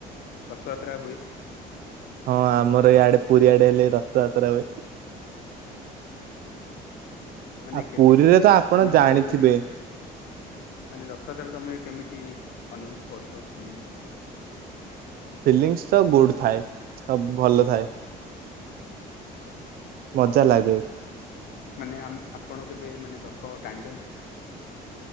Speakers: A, on the left; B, on the right.
A: ରଥଯାତ୍ରା ହୁଏ।
B: ହଁ ଆମର ଇଆଡେ ପୁରୀ ଆଡେ ହେଲେ ରଥଯାତ୍ରା ହୁଏ।
A: ମାନେ
B: ଆଉ
A: କେମିତି
B: ପୁରୀରେ ତ ଆପଣ
A: ଅନୁଭବ
B: ଜାଣିଥିବେ
A: କରୁଛନ୍ତି। ମାନେ ରଥଯାତ୍ରରେ ତମେ କେମିତି ଅନୁଭବ କରୁଛ ଫିଲିଙ୍ଗସ?
B: ଫିଲିଙ୍ଗସ ତ ଗୁଡ ଥାଏ ସବୁ ଭଲ ଥାଏ। ମଜା ଲାଗେ।
A: ମାନେ ଆ ଆପଣ କେବେ ମାନେ ରଥ ଟାଣିଛନ୍ତି?